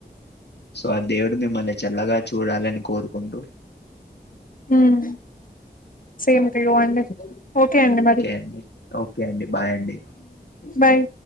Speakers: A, on the left (about 80°); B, on the left (about 55°).
A: సో ఆ దేవుడు మిమ్మల్ని చల్లగా చూడాలని కోరుకుంటూ
B: ఉమ్ సేమ్ టు యూ అండి ఓకే అండి మరి
A: అండి ఓకే అండి బాయ్ అండి
B: బాయ్